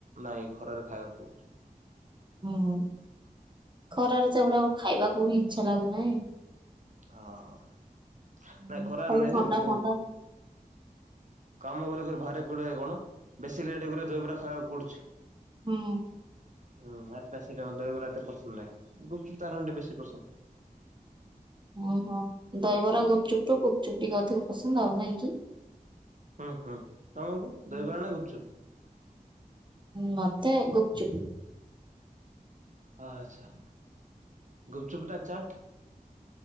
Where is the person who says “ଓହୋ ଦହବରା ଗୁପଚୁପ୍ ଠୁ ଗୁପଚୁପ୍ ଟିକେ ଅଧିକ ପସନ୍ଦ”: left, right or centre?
Right